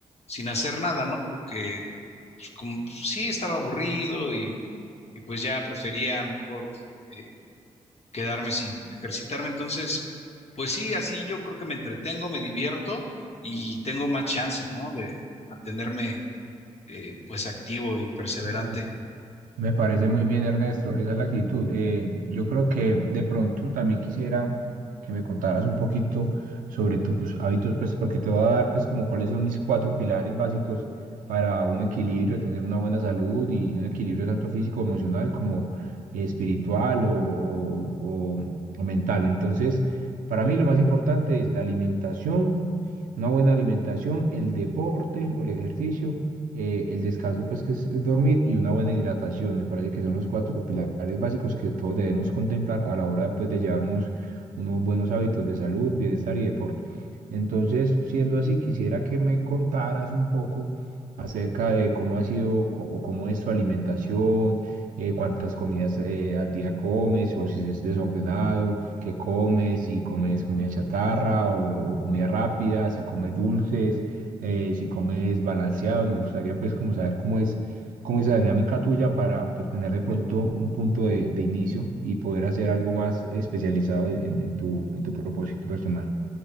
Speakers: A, on the left; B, on the right.
A: sin hacer nada, ¿no? Porque pues, como, pues, sí estaba aburrido y, y pues ya prefería mejor eh, quedarme sin ejercitarme. Entonces, pues sí, así yo creo que me entretengo, me divierto y tengo más chances, ¿no? De mantenerme eh, pues activo y perseverante.
B: Claro. Me parece muy bien, Ernesto. Esa es la actitud. Eh, yo creo que de pronto también quisiera que me contaras un poquito sobre tus hábitos, pues porque te voy a dar pues como cuáles son mis cuatro pilares básicos para un equilibrio, tener una buena salud y un equilibrio tanto físico, emocional como eh, espiritual o, o- o- o mental. Entonces, para mí lo más importante es la alimentación, una buena alimentación, el deporte o el ejercicio eh, el descanso, pues que es, es dormir y una buena hidratación. Me parece que son los cuatro pilares básicos que todos debemos contemplar a la hora pues, de llevarnos unos buenos hábitos de salud, bienestar y deporte. Entonces, siendo así, quisiera que me contaras un poco acerca de cómo ha sido co- o cómo es tu alimentación, eh, cuántas comidas eh, al día comes o si es desordenado, qué comes, si comes comida chatarra o o comida rápida, si comes dulces eh, si comes balanceado, me gustaría pues como saber cómo es, cómo es la dinámica tuya para pues, tener de pronto un punto de, de inicio y poder hacer algo más especializado en, en tu, en tu propósito personal.